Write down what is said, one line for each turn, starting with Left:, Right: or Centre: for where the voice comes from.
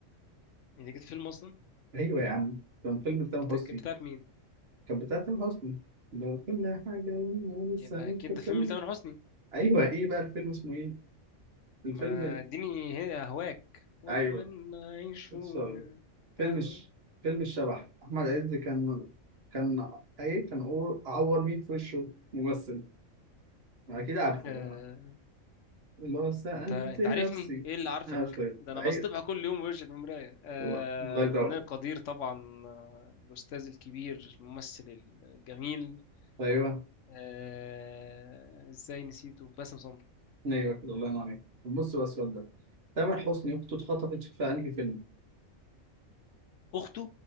Left: يعني كانت فيلم اصلا
Right: أيوة يا عم كان فيلم تامر
Left: كانت بتا-
Right: حسني
Left: كانت بتاعت مين؟
Right: كان بتاع تامر حسني لو كل حاجة لسنا لسه
Left: يبقى اكيد
Right: بتفكرني
Left: ده فيلم لتامر حسني
Right: أيوة إيه بقى الفيلم اسمه إيه؟ الفيلم
Left: ما اديني هي- اهواك واتمنى
Right: أيوة
Left: اعيش في-
Right: sorry. فيلم
Left: آه.
Right: الش... فيلم الشبح أحمد عز كان كان أي كان أقول- أعور مين في وشه ممثل أكيد عارفه
Left: آه،
Right: بقى، اللي هو سألت
Left: انت انت
Right: نفسي
Left: عارفني ايه اللي عارفك
Right: عارفه
Left: ده انا بصطبح
Right: أيوة
Left: كل يوم بوشك في المرايه آه
Right: الله الله يدعوك
Left: الفنان القدير طبعا آه الاستاذ الكبير الممثل الجميل
Right: ايوه
Left: آه ازاي نسيته باسم سمرة
Right: ايوه كده الله ينور عليك بص بقى السؤال ده تامر حسني اخته اتخطفت في انهي فيلم؟
Left: اخته